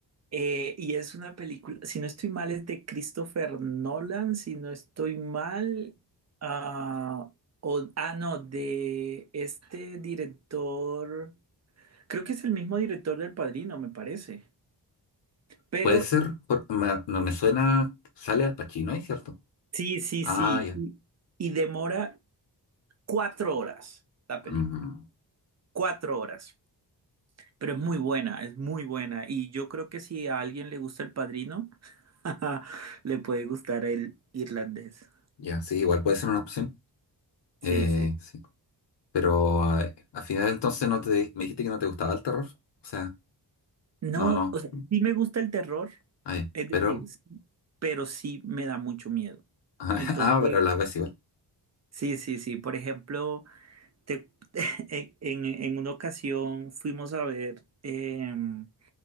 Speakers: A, on the right (about 40°); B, on the left (about 75°).
A: Eh, y es una película, si no estoy mal, es de Christopher Nolan, si no estoy mal, ah, o, ah, no, de este director, creo que es el mismo director del Padrino, me parece, pero
B: Puede ser, por- me- no me suena, sale Al Pacino ahí, ¿cierto?
A: sí, sí,
B: Ah,
A: sí,
B: ya.
A: y, y demora cuatro horas la
B: Mm,
A: película, cuatro horas, pero es muy buena, es muy buena, y yo creo que si a alguien le gusta el Padrino, <laughs> le puede gustar el irlandés,
B: ya, sí, igual puede ser una opción.
A: sí,
B: Eh,
A: sí,
B: sí. Pero eh, al final entonces no te, me dijiste que no te gustaba el terror. O sea,
A: No,
B: no, no.
A: o sea, sí me gusta el terror,
B: Ah, ya.
A: es
B: Pero,
A: decir, sí, pero sí me da mucho miedo.
B: <laughs> ah,
A: Entonces,
B: pero a la vez igual.
A: sí, sí, sí. Por ejemplo, te- <laughs> en, en- en una ocasión fuimos a ver em,